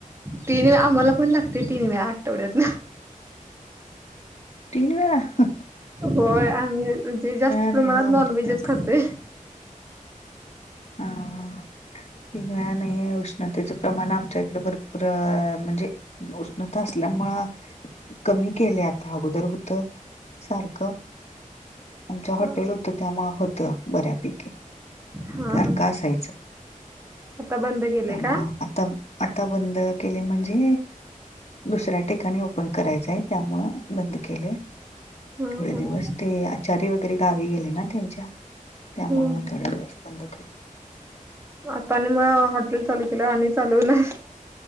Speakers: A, on the right; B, on the left.
A: तीन वेळा आम्हाला पण लागतय तीन वेळा आठवड्यात न.
B: तीन वेळा ह
A: होय आम्ही म्हणजे जास्त
B: नाही
A: प्रमाणात
B: आमच्यात
A: नॉनव्हेजच खातोय.
B: हा. तीन वेळा नाही उष्णतेचं प्रमाण आमच्या इकडे भरपूर म्हणजे. उष्णता आल्यामुळं कमी केले आता अगोदर होत सारखं. आमचा हॉटेल
A: हा
B: होतं त्यामुळे होतं बऱ्यापैकी.
A: हा
B: त्यारखं असायचं
A: आता बंद केले
B: त्या मा
A: का
B: आता आता बंद केले म्हणजे दुसऱ्या ठिकाणी ओपन करायचं आहे त्यामुळं बंद केलंय.
A: ह
B: थोडे दिवस ते आचार्य वगैरे गावी गेले ना त्यांच्या त्यामुळ
A: ह
B: थोडे दिवस. बंद कर
A: आता आणि मग हॉटेल चालू केल्यावर आणि चालूून होणार.